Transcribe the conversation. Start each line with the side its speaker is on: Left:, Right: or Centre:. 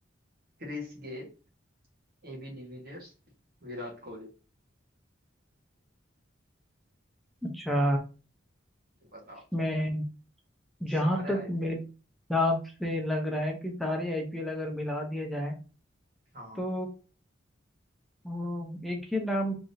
Right: क्रिस गेल एबी डिविलियर्स विराट कोहली
Centre: अच्छा
Right: बताओ
Centre: मैं
Right: सारे
Centre: जहाँ तक
Right: आईपीएल
Centre: मेरे हिसाब
Right: में
Centre: से लग रहा है कि सारे आईपीएल अगर मिला दिए जाए
Right: हाँ
Centre: तो वो एक ही नाम